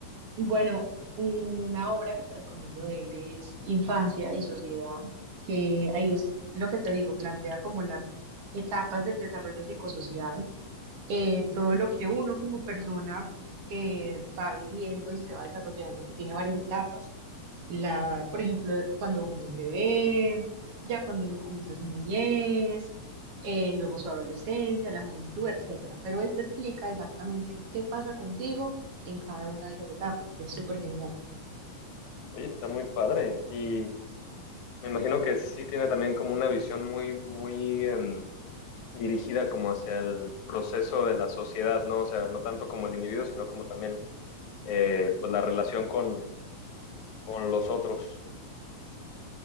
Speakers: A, on the right; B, on the left.
A: Bueno, una obra que te recomiendo de él es Infancia y Sociedad, que ahí es lo que te digo, plantea como las etapas del desarrollo psicosocial, eh, todo lo que uno como persona eh, va viviendo y se va desarrollando, que tiene varias etapas. la, por ejemplo, cuando uno es bebé, ya cuando uno comienza su niñez, eh, luego su adolescencia, la juventud, etcétera. Pero él te explica exactamente qué pasa contigo en cada una de esas etapas. Es súper genial.
B: Oye, está muy padre y me imagino que sí tiene también como una visión muy, muy em, dirigida como hacia el proceso de la sociedad, ¿no? O sea, no tanto como el individuo, sino como también eh, pues la relación con, con los otros.